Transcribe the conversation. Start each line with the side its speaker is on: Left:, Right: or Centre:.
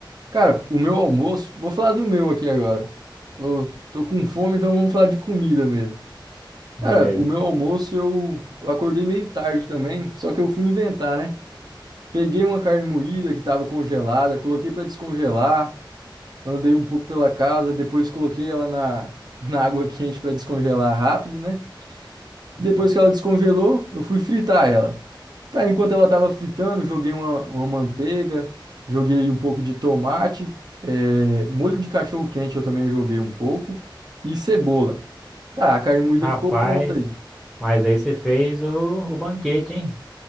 Right: Cara, o meu almoço, vou falar do meu aqui agora. Tô, tô com fome, então vamos falar de comida mesmo.
Centre: Beleza.
Right: Cara, o meu almoço eu, eu acordei meio tarde também, só que eu fui inventar, né? Peguei uma carne moída que tava congelada, coloquei pra descongelar, andei um pouco pela casa, depois coloquei ela na, na água quente pra descongelar rápido, né? Depois que ela descongelou, eu fui fritar ela. Tá, enquanto ela tava fritando, joguei uma, uma manteiga, joguei um pouco de tomate, é, molho de cachorro quente eu também joguei um pouco e cebola. Tá, a carne moída
Centre: Rapaz,
Right: ficou pronta aí.
Centre: mas aí você fez o, o banquete, hein?